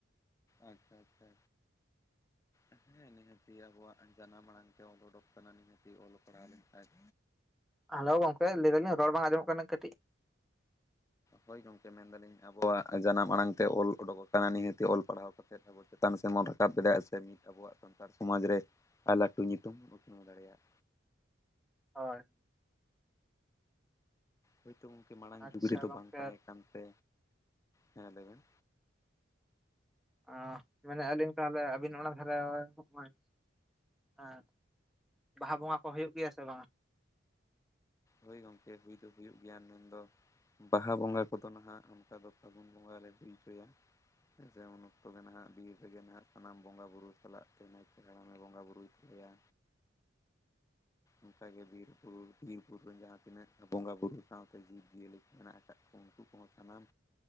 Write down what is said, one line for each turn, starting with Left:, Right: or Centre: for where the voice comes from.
Left: ᱟᱪᱪᱷᱟ ᱟᱪᱪᱷᱟ ᱟᱪᱪᱷᱟ᱾ ᱦᱮᱸ ᱱᱤᱦᱟᱹᱛᱤ ᱟᱵᱚᱣᱟᱜ ᱡᱟᱱᱟᱢ ᱟᱲᱟᱝ ᱛᱮ ᱚᱞ ᱩᱰᱚᱠ ᱠᱟᱱᱟ ᱱᱤᱦᱟᱹᱛᱤ ᱚᱞᱚᱜ ᱯᱟᱲᱦᱟᱣ ᱞᱮᱱᱠᱷᱟᱭᱡ
Centre: ᱦᱟᱠᱳ ᱜᱚᱝᱠᱮ ᱞᱟᱹᱭ ᱫᱟᱹᱞᱤᱧ ᱨᱚᱲ ᱵᱟᱝ ᱟᱸᱡᱚᱢᱚᱜ ᱠᱟᱱᱟ ᱠᱟᱹᱴᱤᱡ
Left: ᱦᱳᱭ ᱜᱚᱢᱠᱮ ᱢᱮᱱ, ᱫᱟᱞᱤᱧ ᱟᱵᱚᱣᱟᱜ ᱡᱟᱱᱟᱢ ᱟᱲᱟᱝ ᱛᱮ ᱚᱞ ᱚᱰᱚᱠ ᱟᱠᱟᱱᱟ ᱱᱤᱦᱟᱹᱛᱤ ᱚᱞ ᱯᱟᱲᱦᱟᱣ ᱠᱟᱛᱮᱫ ᱟᱵᱚ ᱪᱮᱛᱟᱱ ᱥᱮᱱ ᱵᱚᱱ ᱨᱟᱠᱟᱵ ᱫᱟᱲᱮᱭᱟᱜᱼᱟ ᱥᱮ ᱢᱤᱫ ᱟᱵᱚᱣᱟᱜ ᱥᱟᱱᱛᱟᱲ ᱥᱚᱢᱟᱡᱽ ᱨᱮ ᱟᱭ ᱞᱟᱴᱩ ᱧᱩᱛᱩᱢ ᱵᱚᱱ ᱩᱛᱱᱟᱹᱣ ᱫᱟᱲᱮᱭᱟᱜ᱾
Centre: ᱦᱳᱭ᱾
Left: ᱦᱳᱭᱛᱳ ᱜᱚᱝᱠᱮ ᱢᱟᱲᱟᱝ
Centre: ᱟᱪᱪᱷᱟ
Left: ᱡᱩᱜᱽ ᱨᱮᱫᱚ
Centre: ᱜᱚᱝᱠᱮ
Left: ᱵᱟᱝ ᱛᱟᱦᱮᱸ ᱠᱟᱱᱛᱮ ᱦᱮᱸ ᱞᱟᱹᱭ ᱵᱮᱱ᱾
Centre: ᱟᱸ ᱢᱮᱱᱮ ᱟᱹᱞᱤᱧ ᱛᱟᱦᱚᱞᱮ ᱟᱹᱵᱤᱱ ᱚᱱᱟ ᱫᱷᱟᱨᱮ ᱦᱚᱸᱜ-ᱚᱭ ᱦᱮᱸ ᱵᱟᱦᱟ ᱵᱚᱸᱜᱟ ᱠᱚ ᱦᱩᱭᱩᱜ ᱜᱮᱭᱟ ᱥᱮ ᱵᱟᱝ?
Left: ᱦᱳᱭ ᱜᱚᱢᱠᱮ ᱦᱩᱭ ᱫᱚ ᱦᱩᱭᱩᱜ ᱜᱮᱭᱟ ᱢᱮᱱᱫᱚ ᱵᱟᱦᱟ ᱵᱚᱸᱜᱟ ᱠᱚᱫᱚ ᱱᱟᱦᱟᱸᱜ ᱚᱱᱠᱟ ᱫᱚ ᱯᱷᱟᱹᱜᱩᱱ ᱵᱚᱸᱜᱟ ᱞᱮ ᱦᱩᱭ ᱦᱚᱪᱚᱭᱟ᱾ ᱦᱮᱸᱥᱮ ᱩᱱ ᱚᱠᱛᱚᱜ ᱜᱮ ᱱᱟᱦᱟᱸᱜ ᱵᱤᱨ ᱨᱮᱜᱮ ᱱᱟᱦᱟᱸᱜ ᱥᱟᱱᱟᱢ ᱵᱚᱸᱜᱟ ᱵᱩᱨᱩ ᱥᱟᱞᱟᱜ ᱛᱮ ᱱᱟᱭᱠᱮ ᱦᱟᱲᱟᱢᱮ ᱵᱚᱸᱜᱟ ᱵᱩᱨᱩᱭ
Centre: <inaudible>
Left: ᱛᱟᱞᱮᱭᱟ ᱚᱱᱠᱟ ᱜᱮ ᱵᱤᱨᱯᱩᱨᱩ ᱵᱤᱨᱵᱩᱨ ᱨᱮᱱ ᱡᱟᱦᱟᱸ ᱛᱤᱱᱟᱹᱜ ᱵᱚᱸᱜᱟ ᱵᱩᱨᱩ ᱥᱟᱶᱛᱮ ᱡᱤᱵᱽ ᱡᱤᱭᱟᱹᱞᱤ ᱠᱚ ᱢᱮᱱᱟᱜ ᱟᱠᱟᱫ ᱠᱚ᱾ ᱩᱱᱠᱩ ᱠᱚᱦᱚᱸ ᱥᱟᱱᱟᱢ